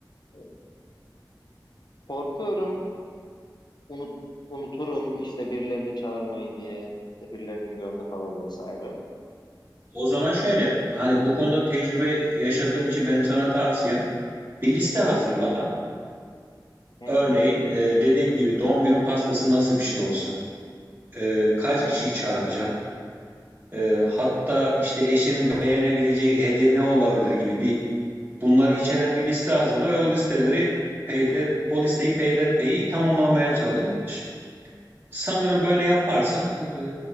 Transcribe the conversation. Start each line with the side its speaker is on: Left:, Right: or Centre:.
Left: e, korkuyorum unut, unuturum işte birilerini çağırmayı diye işte birilerinin gönlü kalır vesaire.
Right: O zaman şöyle, hani bu konuda tecrübe yaşadığım için benim sana tavsiyem bir liste
Left: Hı
Right: hazırla.
Left: hı. Hı hı.
Right: Örneğin e, dediğin gibi doğum günü pastası nasıl bir şey olsun? E, kaç
Left: Hı.
Right: kişiyi çağıracağım? Ee, hatta işte eşinin beğenebileceği hediye ne olabilir gibi bir bunları içeren bir liste hazırla ve o listeleri peyder o listeyi peyderpey tamamlamaya çalış. Sanırım böyle yaparsan e,